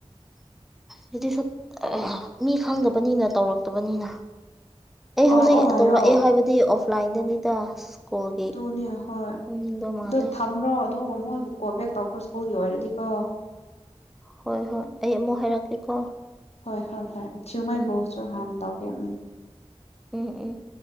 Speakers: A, in the centre; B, on the left.
A: ꯁꯤꯗꯤꯁꯨ ꯃꯤ ꯈꯪꯗꯕꯅꯤꯅ ꯇꯧꯔꯛꯇꯕꯅꯤꯅ ꯑꯩ
B: ꯇꯧꯔꯛꯑꯣ
A: ꯍꯧꯖꯤꯛ
B: ꯍꯥꯏꯌꯣ
A: ꯇꯧꯔꯛꯑꯦ ꯍꯥꯏꯕꯗꯤ ꯑꯣꯐꯂꯥꯏꯟꯗꯅꯤꯗ ꯁ꯭ꯀꯨꯜꯒꯤ
B: ꯇꯅꯦ ꯍꯣꯏ ꯑꯗꯨ
A: ꯈꯪꯅꯤꯡꯕ ꯃꯥꯜꯂꯦ
B: ꯊꯝꯔꯣ ꯑ ꯃꯣꯏꯕꯨ ꯀꯣꯜꯕꯦꯛ ꯇꯧꯈ꯭ꯔꯣ ꯁ꯭ꯀꯨꯜꯒꯤ ꯑꯣꯏꯔꯗꯤ ꯀꯣ
A: ꯍꯣꯏ ꯍꯣꯏ ꯑꯩ ꯑꯃꯨꯛ ꯍꯥꯏꯔꯛꯀꯦꯀꯣ
B: ꯍꯣꯏ ꯍꯣꯏ ꯍꯣꯏ ꯊꯤꯌꯨꯉꯩꯕꯨꯁꯨ
A: ꯎꯝ
B: ꯍꯥꯟꯅ ꯇꯧꯒꯦ ꯎꯝ
A: ꯎꯝ ꯎꯝ